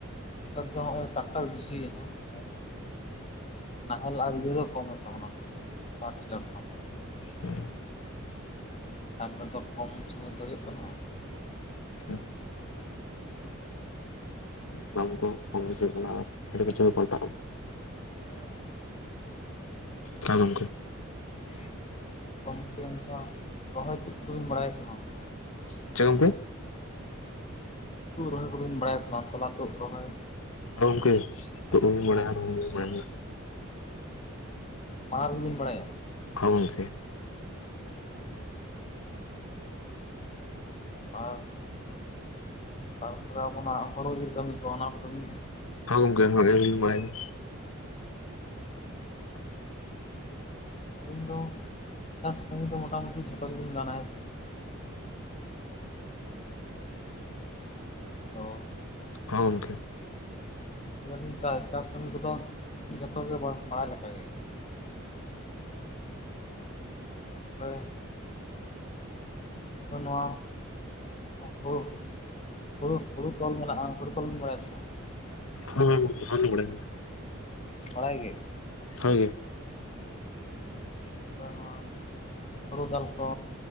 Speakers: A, on the left; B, on the left.
A: ᱱᱮᱛᱟᱨ ᱫᱚ ᱦᱚᱸᱜᱼᱚᱸᱭ ᱴᱟᱠᱴᱟᱨ ᱵᱤᱥᱤ‌ ᱭᱮᱱᱟ᱾ ᱟ ᱱᱟᱦᱮᱞ ᱟᱨ ᱤᱭᱟᱹ ᱫᱚ ᱠᱚᱢᱮᱱ ᱛᱟᱵᱚᱱᱟ ᱯᱟᱴᱤᱞᱟᱨ ᱫᱚ᱾
B: ᱩᱸ᱾
A: ᱴᱟᱠᱴᱟ ᱫᱚ ᱠᱚᱢ ᱥᱩᱢᱚᱭ ᱛᱮ ᱦᱩᱭᱩᱜ ᱠᱟᱱᱟ᱾
B: <inaudible> ᱵᱟᱝ ᱠᱚ ᱠᱚᱢ ᱵᱮᱥᱤᱜ ᱠᱟᱱᱟ ᱟ ᱟᱹᱰᱤ ᱠᱤᱪᱷᱩ ᱯᱟᱞᱴᱟᱜᱼᱟ᱾
A: ᱦᱮᱸᱼᱭᱟᱸ ᱾
B: ᱛᱟᱸ ᱜᱚᱢᱠᱮ ᱾
A: <inaudible> ᱜᱚᱢᱠᱮ ᱚᱱᱠᱟ ᱨᱚᱦᱚᱭ ᱛᱩᱫ ᱫᱚᱵᱤᱱ, ᱵᱟᱲᱟᱭᱟ ᱥᱮ ᱵᱟᱝ?
B: ᱪᱮᱫ ᱜᱚᱢᱠᱮ?
A: ᱦᱩᱲᱩ ᱨᱚᱦᱚᱭ ᱠᱚᱫᱚ, ᱵᱤᱱ ᱵᱟᱲᱟᱭ ᱟᱥᱮ, ᱵᱟᱝ? ᱛᱚᱞᱟᱹᱛᱩᱫ ᱨᱚᱦᱚᱭ
B: ᱦᱳᱭ ᱜᱚᱢᱠᱮ, ᱛᱩᱫ ᱦᱚᱸᱞᱤᱧ ᱵᱟᱲᱟᱭᱟ, ᱨᱚᱦᱚᱭ ᱦᱚᱸ ᱞᱤᱧ ᱟᱵᱟᱭᱟ ᱾
A: ᱵᱟᱱᱟᱨ ᱨᱮᱜᱵᱤᱱ, ᱵᱟᱲᱟᱭᱟ ᱾
B: ᱦᱚᱸ ᱜᱚᱢᱠᱮ ᱾
A: ᱟᱪ ᱪᱷᱟ ᱾ ᱟᱨ, ᱛᱟᱨ ᱯᱚᱨᱮ, ᱟᱵᱚᱱᱟᱜ ᱦᱩᱲᱩ ᱤᱨ ᱠᱟᱹᱢᱤ ᱠᱚ, ᱚᱱᱟ ᱠᱚ ᱠᱟᱹᱢᱤ
B: ᱦᱚᱸ ᱜᱚᱢᱠᱮ, ᱦᱚᱭ, ᱟᱸᱞᱤᱧ, ᱞᱤᱧ ᱵᱟᱲᱟᱭ ᱜᱮᱭᱟ ᱾
A: ᱟᱪᱪᱷᱟ ᱟᱪᱪᱷᱟ ᱟᱹᱵᱤᱱ ᱫᱚ, ᱪᱟᱥ ᱠᱟᱹᱢᱤ ᱫᱚ, ᱢᱚᱴᱟ ᱢᱩᱴᱤ ᱡᱷᱚᱛᱚ ᱜᱮᱵᱤᱱ, ᱜᱟᱱᱟ, ᱦᱮᱸ ᱥᱮ ᱾ ᱦᱟᱞᱳ
B: ᱦᱚᱸ ᱜᱚᱢᱠᱮ ᱾
A: ᱞᱟᱹᱭ ᱮᱫᱟᱞᱤᱧ ᱪᱟᱥ ᱠᱟᱹᱢᱤ ᱠᱚᱫᱚ, ᱡᱚᱛᱚ ᱜᱮ, ᱵᱟᱲᱟᱭ ᱞᱮᱠᱟᱜ ᱜᱮ ᱾ ᱛᱟ ᱯᱚᱨᱮ, ᱵᱟᱝ ᱫᱚ, ᱱᱚᱣᱟ ᱚᱦ ᱦᱩᱲᱩ, ᱦᱩᱲᱩ, ᱦᱩᱲᱩ ᱛᱚᱞ ᱢᱮᱱᱟᱜᱼᱟ, ᱦᱩᱲᱩ ᱛᱚᱞᱵᱤᱱ ᱵᱟᱲᱟᱭ ᱟᱥᱮ ᱵᱟᱝ?
B: ᱦᱚᱸ, ᱚᱱᱟ ᱦᱚᱸᱞᱤᱧ ᱵᱟᱰᱟᱭᱟ ᱾
A: ᱵᱟᱲᱟᱭ ᱜᱮ ᱾
B: ᱦᱚᱭ ᱜᱮ ᱾
A: ᱛᱟᱨᱯᱚᱨᱮ, ᱱᱚᱣᱟ ᱦᱳᱲᱳ ᱫᱟᱞ ᱠᱚ?